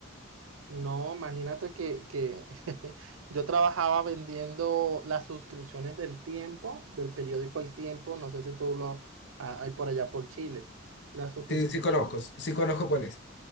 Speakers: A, on the right; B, on the left.
A: No, imagínate que, que <laughs> yo trabajaba vendiendo las suscripciones del Tiempo, del periódico El Tiempo, no sé si tú lo ah, hay por allá por Chile, las suscripciones.
B: Sí, sí conozco, sí conozco cuál es.